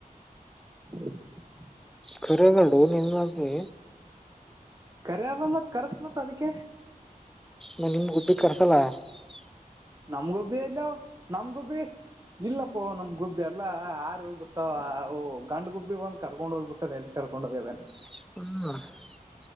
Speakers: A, on the right; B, in the centre.
A: <inaudible>
B: ಕುರಿಗಳು ನಿನ್ನಾದೆ
A: ಕರಿಯಾದ್ ಮತ್ತ್ ಕರ್ಸ್ಮತ್ತ್ ಅದಕ್ಕೆ.
B: ನನಗೆ ಹುಡ್ಬಿ, ಕಳ್ಸಲ್ಲ. <unintelligible>
A: ನಮ್, ಗುಬ್ಬಿ ಎಲ್ಲವೂ, ನಮ್, ಗುಬ್ಬಿ! ಇಲ್ಲಪ್ಪೋ, ನಮ್, ಗುಬ್ಬಿ, ಎಲ್ಲ, ಹಾರಿಬಿಟ್ಟಾವ. <unintelligible> ಅ, ಓ, ಗಂಡು ಗುಬ್ಬೆ ಒಂದು, ಕರ್ಕೊಂಡು ಹೋಗ್ಬಿಟ್ಟದೆ! ಎಲ್ಲಿ, ಕರ್ಕೊಂಡ್, ಹೋಗ್ಯದಾನ. <inaudible>
B: ಹ್, ಹ. <unintelligible>